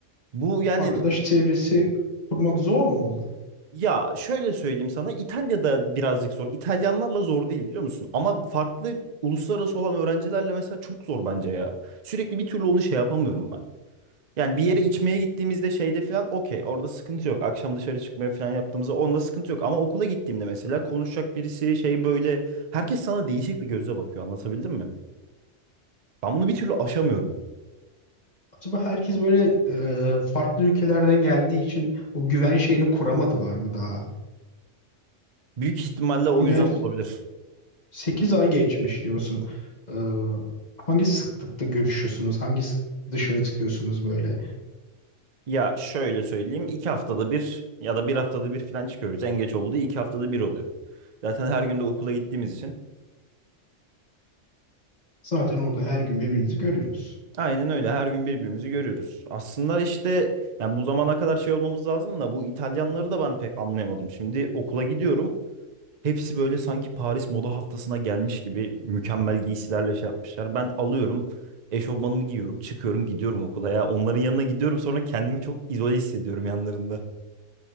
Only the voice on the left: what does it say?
Arkadaş çevresi kurmak zor mu orada?
Acaba herkes böyle e, farklı ülkelerden geldiği için o güven şeyini kuramadılar mı daha?
Ger
sekiz ay geçmiş diyorsun. E, hangi sıklıkta görüşüyorsunuz? Hangi sıklıkta dışarı çıkıyorsunuz böyle?
Zaten orada her gün birbirinizi görüyorsunuz.